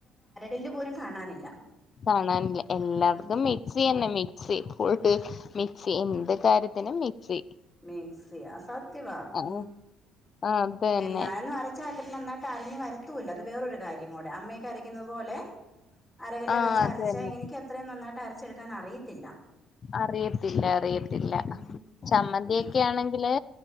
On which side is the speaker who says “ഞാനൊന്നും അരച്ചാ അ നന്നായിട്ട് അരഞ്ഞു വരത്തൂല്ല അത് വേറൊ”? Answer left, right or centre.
Left